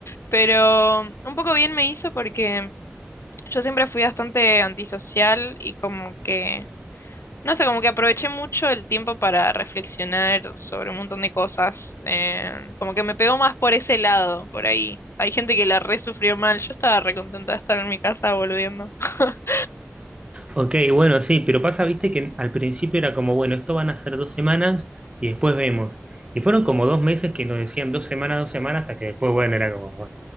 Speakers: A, on the left (about 85°); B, on the right (about 25°).
A: pero un poco bien me hizo porque yo siempre fui bastante antisocial y como que, no sé, como que aproveché mucho el tiempo para reflexionar sobre un montón de cosas. eh, como que me pegó más por ese lado, por ahí. Hay gente que la re sufrió mal, yo estaba re contenta de estar en mi casa volviendo. <laughs>
B: Ok, bueno, sí, pero pasa, viste, que al principio era como, bueno, esto van a ser dos semanas y después vemos. Y fueron como dos meses que nos decían dos semanas, dos semanas, hasta que después, bueno, era como, bueno,